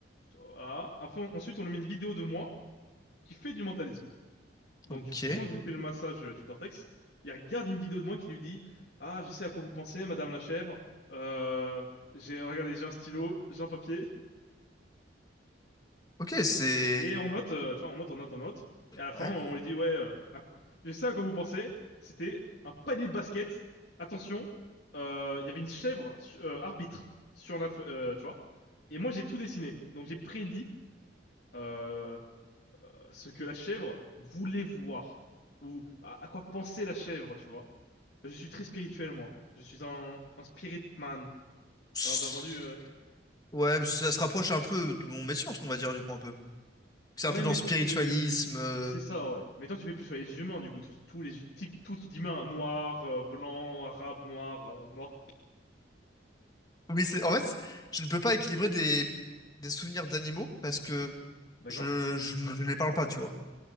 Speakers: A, on the left (about 60°); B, on the left (about 20°).
A: Voilà. Après, on- ensuite, on lui met une vidéo de moi qui fait du mentalisme. Donc,
B: Ok.
A: pendant que je lui fais le massage euh, du cortex, il regarde une vidéo de moi qui lui dit, Ah, je sais à quoi vous pensez, Madame la chèvre. Euh, j'ai, regardez, j'ai un stylo, j'ai un papier.
B: Ok, c'est.
A: Et on note, euh, tu vois, on note, on note, on note. Et à la fin,
B: Ouais.
A: on lui dit, Ouais, euh, à qu- je sais à quoi vous pensez. C'était un panier de basket. Attention, euh, il y avait une chèvre su- euh, arbitre sur la, fe- euh, tu vois. Et moi, j'ai tout dessiné. Donc, j'ai prédit. euh, ce que la chèvre voulait voir, ou à, à quoi pensait la chèvre, tu vois. Je suis très spirituel, moi. Je suis un, un spirit man.
B: S-
A: T'as t'as entendu euh
B: Ouais, mais ça se rapproche un peu de mon métier, on va dire, du coup, un peu. C'est
A: Ouais,
B: un peu dans
A: mais
B: le spiritualisme.
A: toi, tu...
B: euh.
A: C'est ça, ouais. Mais toi, tu fais plus sur les humains, du coup. Tous tous les types, tous d'humains, noirs, euh, blancs, arabes, noirs, euh, noirs.
B: Oui, c'est. En fait, c'est- je ne peux pas équilibrer des, des souvenirs d'animaux parce que
A: D'accord?
B: je, je ne je ne les parle pas, tu vois.